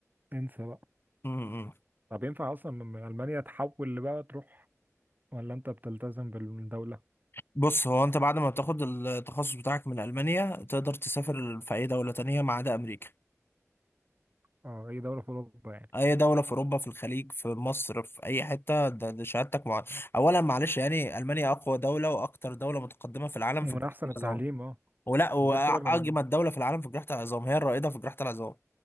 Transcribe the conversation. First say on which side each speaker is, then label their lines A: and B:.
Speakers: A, on the right (about 35°); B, on the left (about 45°).
A: انسى بقى
B: <laughs>
A: طب ينفع اصلا من من المانيا تحول بقى تروح ولا انت بتلتزم بالدوله
B: بص هو انت بعد ما تاخد التخصص بتاعك من المانيا تقدر تسافر في اي دوله تانية ما عدا امريكا
A: اه اي دوله في اوروبا يعني
B: اي دوله في اوروبا في الخليج في مصر في اي حته ده, ده شهادتك مع...
A: نعم.
B: اولا معلش يعني المانيا اقوى دوله واكتر دوله متقدمه في العالم
A: ومن
B: في جراحه
A: احسن
B: العظام
A: التعليم اه
B: ولا واجمد
A: وغير كده من
B: دوله في العالم في جراحه العظام هي الرائده في جراحه العظام